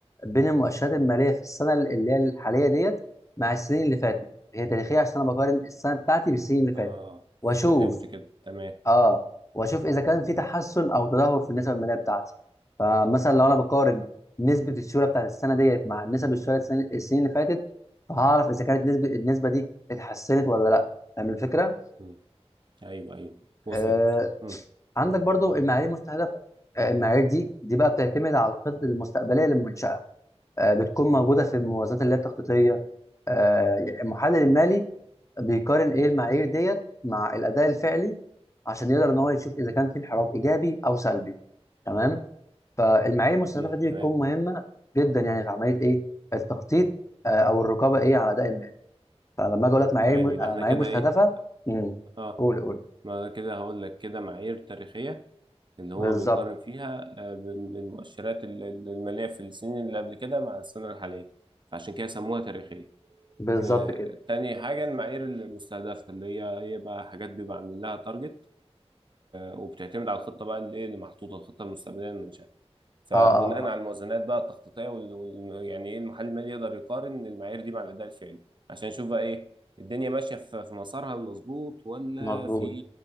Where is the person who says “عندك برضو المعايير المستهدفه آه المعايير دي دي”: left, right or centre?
Left